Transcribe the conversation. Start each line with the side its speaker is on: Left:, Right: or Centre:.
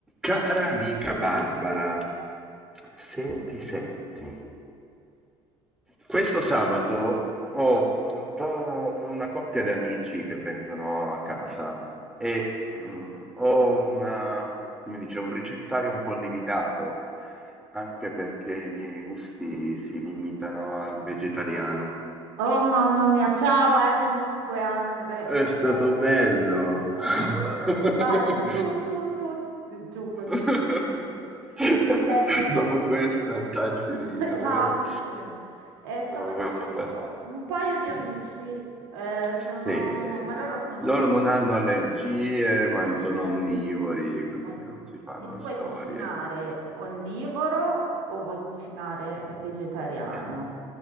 Centre: Cara amica Barbara, senti, senti, questo sabato ho un po' una coppia di amici che vengono a casa e mm, ho una, come dice, un ricettario un po' limitato, anche perché i miei gusti si limitano al vegetariano.
Right: Oh mamma mia, ciao, eh, comunque Andre.
Centre: È stato
Right: Eh,
Centre: bello. <laughs>
Right: Basta, tu, tu, tu, tu, tu- giù così.
Centre: <laughs>
Right: finiamo. Eh,
Centre: Dopo questa già è finita,
Right: <laughs> ciao,
Centre: vero?
Right: non so più bene. Eh, stavo
Centre: Non
Right: dicendo,
Centre: voglio più parlare.
Right: un paio di amici
Centre: Mm.
Right: eh, sono,
Centre: Sì,
Right: ma loro sono,
Centre: loro
Right: ma
Centre: non hanno allergie, ma
Right: niente.
Centre: sono onnivori, quindi
Right: on-
Centre: non si fanno
Right: E tu
Centre: storie.
Right: vuoi cucinare onnivoro o vuoi cucinare vegetariano?
Centre: Eh,